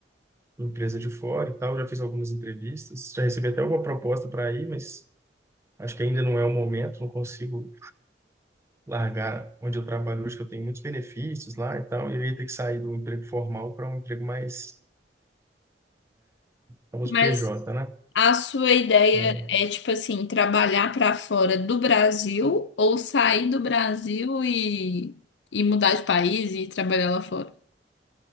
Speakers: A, on the right; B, on the left.
A: empresa de fora e tal, já fiz algumas entrevistas, já recebi até alguma proposta para ir, mas acho que ainda não é o momento, não consigo largar onde eu trabalho hoje, que eu tenho muitos benefícios lá e tal, e eu ia ter que sair do emprego formal para um emprego mais, famoso
B: Mas
A: PJ, né?
B: a sua ideia
A: É.
B: é, tipo assim, trabalhar para fora do Brasil ou sair do Brasil e, e mudar de país e trabalhar lá fora?